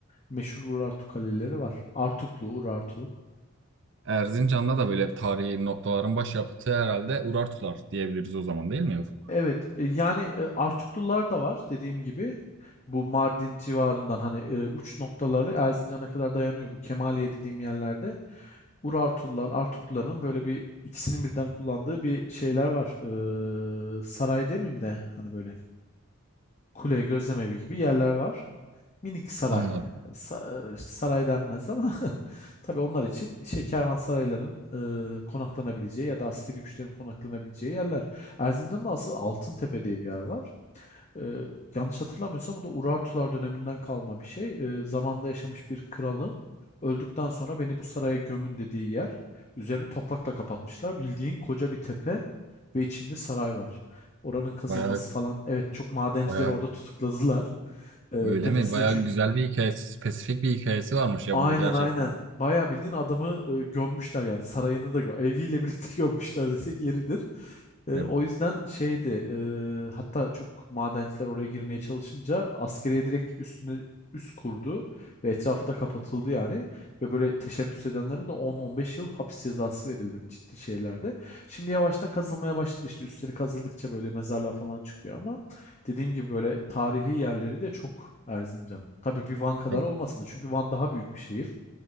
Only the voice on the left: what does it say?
Meşhur Urartu kaleleri var. Artuklu, Urartu.
Evet, e, yani e, Artuklular da var dediğim gibi. Bu Mardin civarından hani e, uç noktaları Erzincan'a kadar dayanıyor bu Kemaliye dediğim yerlerde. Urartular, Artukluların böyle bir ikisinin birden kullandığı bir şeyler var. Ee, saray demeyeyim de hani böyle kule, gözlemevi gibi yerler var. Minik saray.
Sa- e, işte saray denmez ama <laughs> tabii onlar için şey kervansarayların e, konaklanabileceği ya da askeri güçlerin konaklanabileceği yerler. Erzincan'da asıl Altıntepe diye bir yer var. E, yanlış hatırlamıyorsam bu da Urartular döneminden kalma bir şey. E, zamanda yaşamış bir kralın öldükten sonra beni bu saraya gömün dediği yer. Üzerini toprakla kapatmışlar. Bildiğin koca bir tepe ve içinde saray var. Oranın kazılması
falan. Evet çok madencileri
orada tutukladılar. E,
tepesine
çünkü
Aynen
aynen. Bayağı bildiğin adamı e, gömmüşler yani sarayını da gö- eviyle birlikte <laughs> gömmüşler desek yeridir. E,
o yüzden şeydi e, hatta çok madenciler oraya girmeye çalışınca askeriye direkt üstüne üst kurdu ve etrafı da kapatıldı yani ve böyle teşebbüs edenlere de 10-15 yıl hapis cezası verildi ciddi şeylerde. Şimdi yavaştan kazılmaya başladı işte üstleri kazıldıkça böyle mezarlar falan çıkıyor ama dediğim gibi böyle tarihi yerleri de çok Erzincan'ın. Tabii bir Van kadar
olmasa da çünkü Van daha büyük bir şehir.